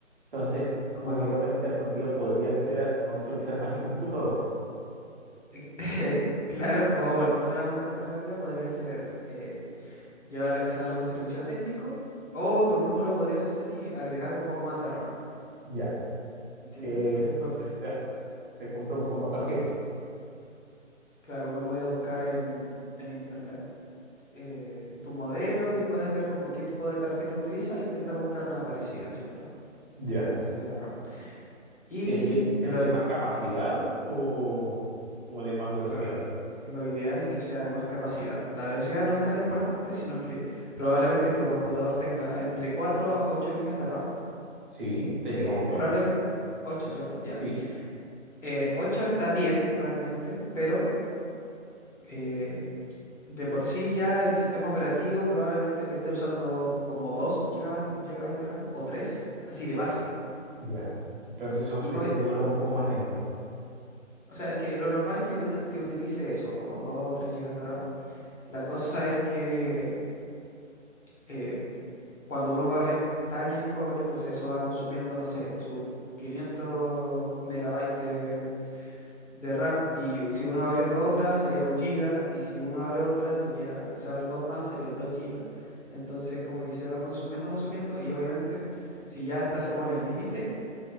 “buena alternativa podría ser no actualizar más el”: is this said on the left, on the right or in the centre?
Right